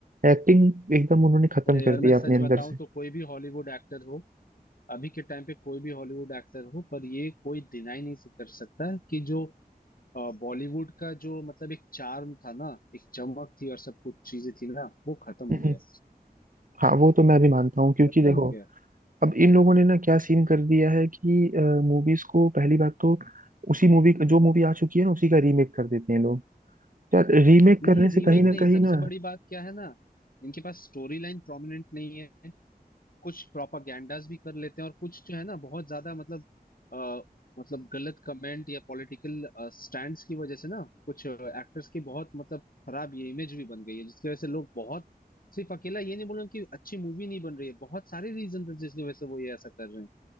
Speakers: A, on the right; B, on the left.
A: एक्टिंग एकदम उन्होंने खत्म
B: अरे
A: कर
B: यार
A: दिया
B: मैं सच
A: अपने अंदर
B: बताऊं
A: से
B: तो कोई भी हॉलीवुड एक्टर हो अभी के टाइम पे कोई भी हॉलीवुड एक्टर हो पर ये कोई डिनाई नहीं कर सकता कि जो अ, बॉलीवुड का जो मतलब एक चार्म था ना एक चमक थी और सब कुछ चीजें थी ना वो खत्म हो
A: हम्म,
B: गया है।
A: हाँ वो तो मैं भी मानता हूँ क्योंकि
B: खत्म
A: देखो
B: हो गया
A: अब इन लोगों ने ना क्या सीन कर दिया है कि मूवीज को पहली बात तो उसी मूवी जो मूवी आ चुकी है ना उसी का रीमेक कर देते हैं लोग तो रीमेक करने
B: नहीं रीमेक
A: से कहीं ना
B: नहीं
A: कहीं
B: सबसे
A: ना
B: बड़ी बात क्या है ना इनके पास स्टोरी लाइन प्रोमिनेंट नहीं है कुछ प्रोपागैंडास भी कर लेते हैं और कुछ जो है ना बहुत ज्यादा मतलब आ, मतलब गलत कमेंट या पॉलिटिकल स्टैंड्स की वजह से ना कुछ एक्टर्स की बहुत मतलब खराब ये इमेज भी बन गई है जिसकी वजह से लोग बहुत सिर्फ अकेला ये नहीं बोल रहे कि अच्छी मूवी नहीं बन रही है बहुत सारे रीजन है जिसकी वजह से वो ये ऐसा कर रहे हैं